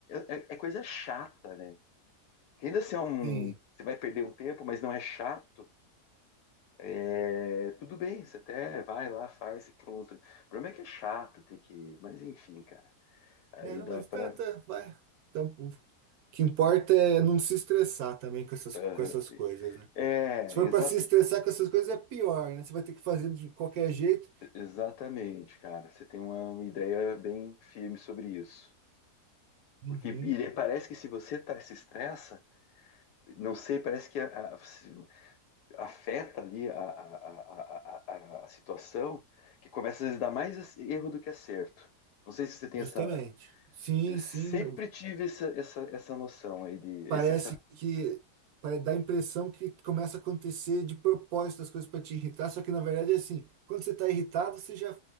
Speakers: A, on the left; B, on the right.
A: é, é é coisa chata, né? Que ainda se é um.
B: sim.
A: Você vai perder um tempo, mas não é chato. É, tudo bem, você até vai lá, faz e pronto. O problema é que é chato ter que. Mas enfim, cara. Aí
B: É, não,
A: dá
B: mas
A: pra.
B: tá, tá, vai. Então, que importa é não se estressar também com essas,
A: Aham.
B: com essas coisas, né?
A: É,
B: Se for
A: exa-
B: para se estressar com essas coisas, é pior, né? Você vai ter que fazer de qualquer jeito.
A: exatamente, cara. Você tem uma ideia bem firme sobre isso.
B: Uhum,
A: Porque e é, parece que se você tá, se estressa, não sei, parece que a- a- se- afeta ali a, a- a- a- a- a situação, que começa às vezes a dar mais ac- erro do que acerto. Não sei se você tem
B: justamente.
A: essa.
B: Sim,
A: eu sempre
B: sim.
A: tive essa, essa, essa noção aí de.
B: Parece
A: esse- essa...
B: que pare- dá a impressão que começa a acontecer de propósito as coisas para te irritar, só que na verdade é assim, quando você está irritado, você já